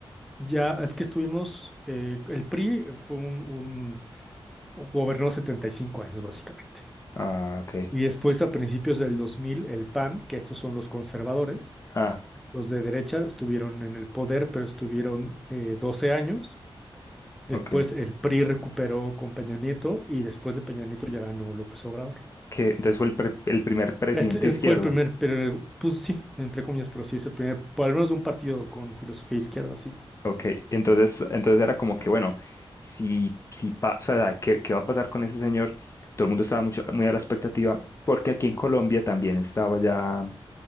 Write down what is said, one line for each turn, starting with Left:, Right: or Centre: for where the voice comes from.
Centre: ya es que estuvimos, eh, el PRI fue un, Gobernó 75 años, básicamente.
Left: Ah, ok.
Centre: Y después, a principios del 2000 el PAN, que esos son los conservadores,
Left: Ah,
Centre: los de derecha estuvieron en el poder, pero estuvieron eh, 12 años. Después
Left: ok.
Centre: el PRI recuperó con Peña Nieto y después de Peña Nieto ya ganó López Obrador.
Left: Que entonces fue el, pre- el primer presidente
Centre: Este
Left: de
Centre: eh,
Left: izquierda.
Centre: fue el primer, pero pues sí, entre comillas, pero sí es el primer, por lo menos un partido con filosofía izquierda, sí.
Left: Ok. Entonces, entonces era como que, bueno, si, si pasa, ¿qué, qué va a pasar con ese señor? Todo el mundo estaba mucho, muy a la expectativa, porque aquí en Colombia también estaba ya